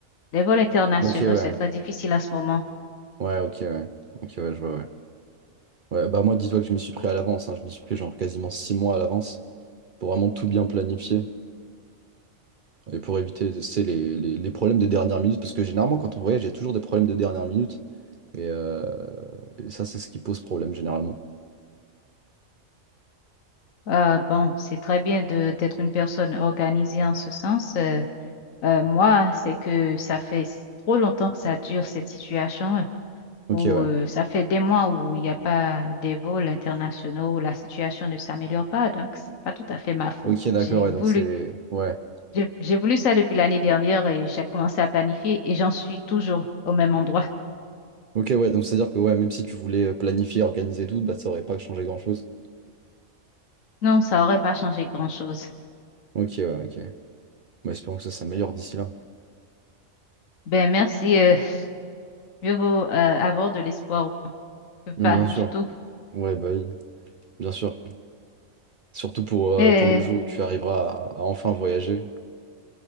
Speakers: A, on the left; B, on the right.
A: Les vols internationaux,
B: Ok, ouais.
A: c'est très difficile en ce moment.
B: Ouais, ok, ouais. Ok, ouais, je vois, ouais. Ouais, bah moi, dis-toi que je m'y suis pris à l'avance. hein. Je m'y suis pris genre quasiment six mois à l'avance pour vraiment tout bien planifier. Et pour éviter, c'est les, les- les problèmes de dernière minute, parce que généralement, quand on voyage, il y a toujours des problèmes de dernière minute. Et, euh, et ça, c'est ce qui pose problème, généralement.
A: Euh, bon, c'est très bien de d'être une personne organisée en ce sens. euh, euh, moi, c'est que ça fait s- trop longtemps que ça dure, cette situation.
B: Ok,
A: où
B: ouais.
A: euh, ça fait des mois où il n'y a pas des vols internationaux, où la situation ne s'améliore pas. Donc, c'est pas tout à fait ma faute.
B: Ok, d'accord,
A: J'ai
B: ouais. Donc,
A: voulu,
B: c'est. Ouais.
A: j'ai j'ai voulu ça depuis l'année dernière et j'ai commencé à planifier et j'en suis toujours au même endroit. <laughs>
B: Ok, ouais. Donc, c'est-à-dire que, ouais, même si tu voulais euh, planifier, organiser tout, bah, ça aurait pas changé grand-chose.
A: Non, ça aurait pas changé grand-chose.
B: Ok, ouais, ok. Bah, espérons que ça s'améliore d'ici là.
A: Ben, merci. euh, mieux vaut euh, avoir de l'espoir que pas
B: Mais bien
A: du
B: sûr.
A: tout.
B: Ouais, bah, oui, bien sûr. Surtout pour, euh,
A: Mais
B: pour le jour où tu arriveras à, à enfin voyager.